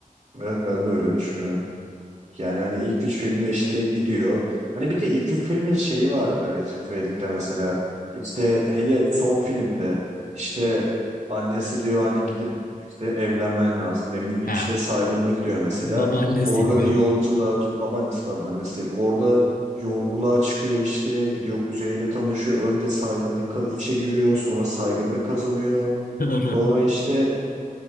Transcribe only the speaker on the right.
Evet ben de öyle düşünüyorum. Yani hani ilk üç filmde işte gidiyor. Hani bir de ilk üç filmin şeyi vardı Recep İvedik'te mesela. İşte hele son filmde işte annesi diyor hani gidip işte evlenmen lazım. Ne bileyim ilç
ve saygınlık diyor mesela.
Orada bir
yolculuğa babaannesi pardon annesi değil. Orada yolculuğa çıkıyor işte gidiyor kuzeniyle tanışıyor. Önce saygınlık ka- içe giriyor sonra saygınlık kazanıyor.
Sonra işte